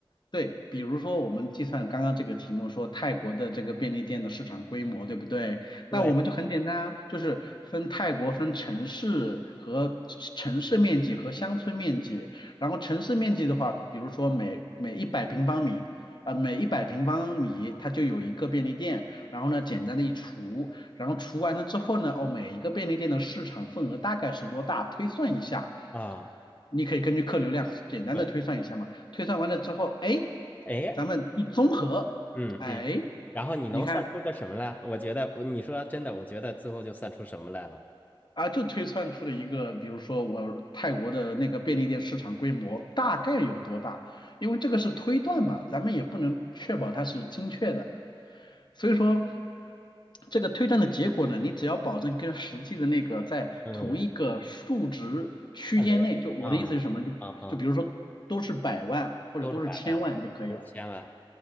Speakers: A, on the left; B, on the left.
A: 对，比如说我们计算刚刚这个题目说泰国的这个便利店的市场规模，对不对？
B: 对
A: 那我们就很简单啊，就是分泰国分城市和城市面积和乡村面积，然后城市面积的话，比如说每每一百平方米。呃，每一百平方米它就有一个便利店，然后呢，简单的一除，然后除完了之后呢，哦，每一个便利店的市场份额大概是多大，推算一下，
B: 啊，
A: 你可以根据客流量简单的推算一下嘛。
B: 对，
A: 推算完了之后，哎，
B: 哎，
A: 咱们一综合，
B: 嗯嗯。
A: 哎，
B: 然后你能算出个什么来？
A: 你看
B: 我觉得你说真的，我觉得最后就算出什么来了。
A: 啊，就推算出了一个，比如说我泰国的那个便利店市场规模大概有多大，因为这个是推断嘛，咱们也不能确保它是精确的，所以说。这个推断的结果呢，你只要保证跟实际的那个在同一个数值区间内，
B: 嗯，范围，
A: 就我的意思是什么？
B: 啊
A: 就就比如说都是百万或者都是千万就可以了。
B: 啊啊，都是百万，啊都是千万。